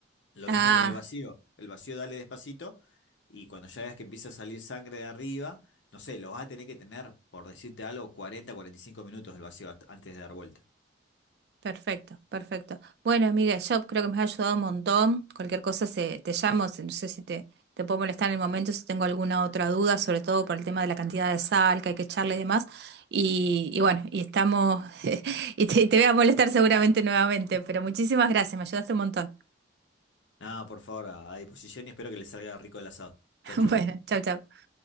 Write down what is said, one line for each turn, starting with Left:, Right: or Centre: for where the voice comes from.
Left: Lo
Right: Ah,
Left: mismo con el vacío. El vacío dale despacito y cuando ya veas que empieza a salir sangre de arriba, no sé, lo vas a tener que tener, por decirte algo, cuarenta cuarenta y cinco minutos el vacío hasta- antes de dar vuelta.
Right: perfecto, perfecto. Bueno, amiga, yo creo que me has ayudado un montón. Cualquier cosa se, te llamo, se- no sé si te, te puedo molestar en el momento, si tengo alguna otra duda, sobre todo por el tema de la cantidad de sal que hay que echarle y demás. Y, y bueno, y estamos, <laughs> y te, te voy a molestar seguramente nuevamente, pero muchísimas gracias, me ayudaste un montón.
Left: Nada, por favor, a, a disposición y espero que les salga rico el asado.
Right: <laughs>
Left: Chau, chau.
Right: Bueno, chau, chau.